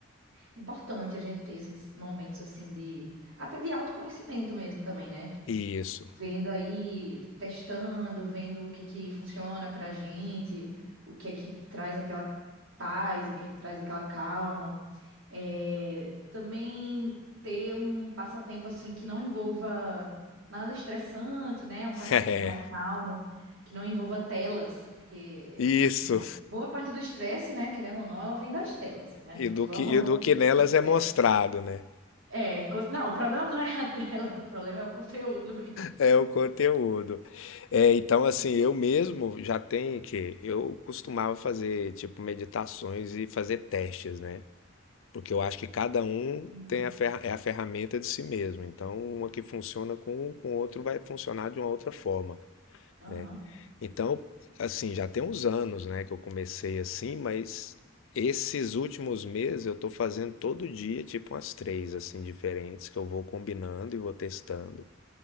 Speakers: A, on the right (about 80°); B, on the left (about 80°).
A: Importante a gente ter esses momentos assim de até de autoconhecimento mesmo também, né?
B: Isso.
A: Vendo aí, testando, vendo o que que funciona pra gente, o que que traz aquela paz, o que que traz aquela calma. É, também ter um passatempo assim que não envolva nada estressante, né? Um passatempo
B: É,
A: mais calmo, que não envolva telas, porque
B: isso.
A: boa parte do estresse, né, querendo ou não, ela vem das telas, né?
B: E do
A: <laughs> Vamos
B: que, e do que nelas
A: ser sinceros.
B: é mostrado, né?
A: É, cons- não, o problema não é a tela, <laughs> o problema é o conteúdo mesmo.
B: É o conteúdo. É, então, assim, eu mesmo já tenho que. Eu costumava fazer, tipo, meditações e fazer testes, né? Porque eu acho que cada um
A: Uhum.
B: tem a, ferra é a ferramenta de si mesmo. Então, uma que funciona com um, com o outro vai funcionar de uma outra forma.
A: Aham.
B: né? Então, assim, já tem uns anos, né, que eu comecei assim, mas esses últimos meses eu tô fazendo todo dia, tipo umas três, assim, diferentes, que eu vou combinando e vou testando.